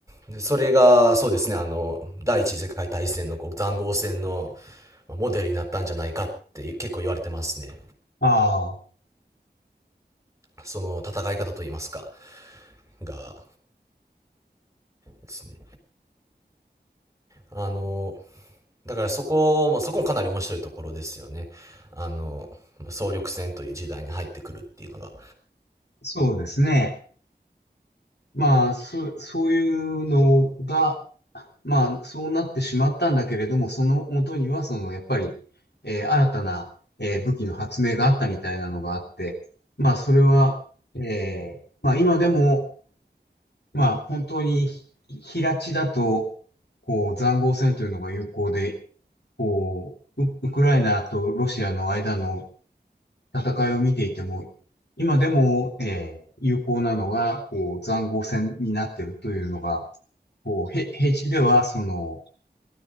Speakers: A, on the right; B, on the left.
A: でそれが、そうですね、あの、第一次世界大戦のこう塹壕戦のまあモデルになったんじゃないかって結構言われてますね。
B: ああ、
A: その戦い方といいますか、がですね。あの、だからそこも、そこもかなり面白いところですよね。あの、総力戦という時代に入ってくるっていうのが。
B: そうですね。まあ、そ、そういうのが、まあ、そうなってしまったんだけれども、その元には、その、やっぱり、えー新たな、えー武器の発明があったみたいなのがあって、まあ、それは、えーまあ、今でも、まあ、本当に、ひ平地だと、こう、塹壕戦というのが有効で、こう、ウ、ウクライナとロシアの間の戦いを見ていても、今でも、えー有効なのが、こう、塹壕戦になっているというのが、こう、へ、平地では、その、